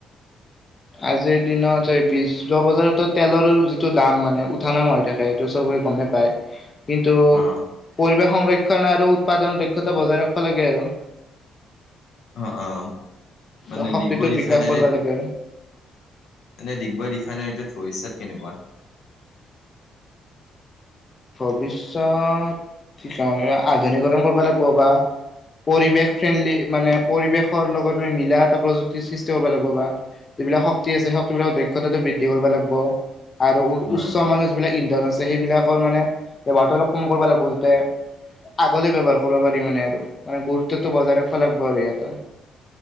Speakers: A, on the left; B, on the left.
A: আজিৰ দিনত এই বিশ যোৱা বজাৰত তেলৰো যিটো দাম মানে উঠা, নামা হৈ থাকে সিটো চব গমেই পায়। কিন্তু
B: অ',
A: পৰিৱেশ সংৰক্ষণ আৰু উৎপাদনৰ দক্ষতা বজাই ৰাখবা লাগে আৰু
B: অ', -অ'। মানে
A: বা শক্তিটোৰ
B: ডিগবৈ ৰিফাইনাৰীত
A: বিকাশ কৰিব লাগে আৰু
B: মানে ডিগবৈ ৰিফাইনাৰীটোত। ভবিষ্যত কেনেকুৱা?
A: ভৱিষ্যত কি আধুনিকৰণ কৰিব লাগিব বা পৰিৱেশ ফ্ৰেণ্ডলি মানে পৰিৱেশৰ লগত মিলা এটা প্ৰযুক্তিৰ সৃষ্টি কৰিব লাগিব বা যিবিলাক শক্তি আছে, সেই শক্তিবিলাকৰ দক্ষতাটো বৃদ্ধি কৰিব লাগিব। আৰু
B: উম,
A: উচ্চ মানুহ যিবিলাক ইন্ধন আছে, সেইবিলাকৰ মানে ব্যৱহাৰটো অলপ কম কৰিব লাগিব যাতে আগলে ব্যৱহাৰ কৰিব পাৰি মানে আৰু মানে গুৰুত্বটো বজাই ৰাখিব লাগিব আৰু সিহঁতে।